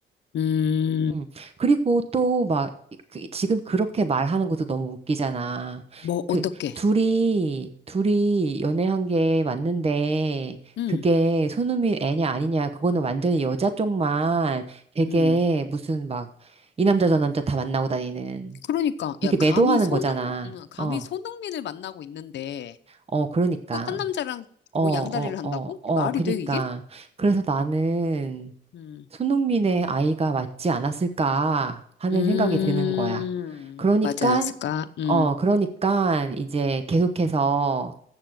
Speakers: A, on the left (about 65°); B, on the right (about 30°).
A: 음.
B: 음. 그리고 또 막, 이- 그- 지금 그렇게 말하는 것도 너무 웃기잖아.
A: 뭐
B: 그,
A: 어떻게?
B: 둘이, 둘이 연애한 게 맞는데,
A: 음,
B: 그게 손흥민 애냐 아니냐, 그거는 완전히 여자 쪽만 되게
A: 음.
B: 무슨 막, 이 남자 저 남자 다 만나고 다니는,
A: 그러니까
B: 그렇게
A: 야 감히
B: 매도하는
A: 손흥
B: 거잖아.
A: 음, 감히
B: 어,
A: 손흥민을 만나고 있는데
B: 어, 그러니까.
A: 또 딴 남자랑
B: 어,
A: 뭐
B: 어,
A: 양다리를 한다고?
B: 어, 어,
A: 말이
B: 그니까.
A: 돼, 이게?
B: 그래서 나는,
A: 음,
B: 손흥민의 아이가 맞지 않았을까 하는
A: 음,
B: 생각이 드는 거야. 그러니까,
A: 맞지 않았을까? 음,
B: 어, 그러니까 이제 계속해서,